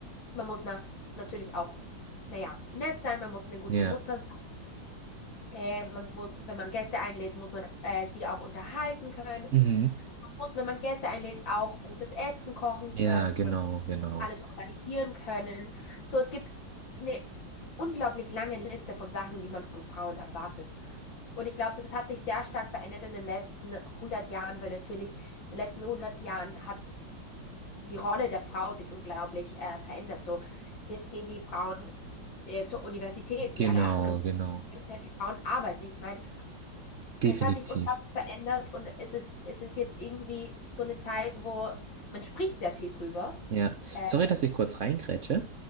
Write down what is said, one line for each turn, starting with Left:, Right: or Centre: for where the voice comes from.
Left: man muss nach, natürlich auch, naja, nett sein, man muss eine gute
Right: Ja.
Left: Mutter sein. Äh, man muss, wenn man Gäste einlädt, muss man äh, sie auch unterhalten können.
Right: Mhm.
Left: Man muss, wenn man Gäste einlädt, auch gutes Essen kochen
Right: Ja,
Left: können
Right: genau, genau.
Left: alles organisieren können. So, es gibt eine unglaublich lange Liste von Sachen, die man von Frauen erwartet. Und ich glaube, das hat sich sehr stark verändert in den letzten hundert Jahren, weil natürlich in den letzten hundert Jahren hat die Rolle der Frau sich unglaublich äh, verändert. So, jetzt gehen die Frauen äh, zur Universität,
Right: Genau,
Left: wie alle anderen.
Right: genau.
Left: Jetzt können die Frauen arbeiten. Ich meine, es
Right: Definitiv.
Left: hat sich unglaublich verändert und es ist, es ist jetzt irgendwie so eine Zeit, wo man spricht sehr viel drüber.
Right: Ja.
Left: Äh,
Right: Sorry, dass ich kurz reingrätsche,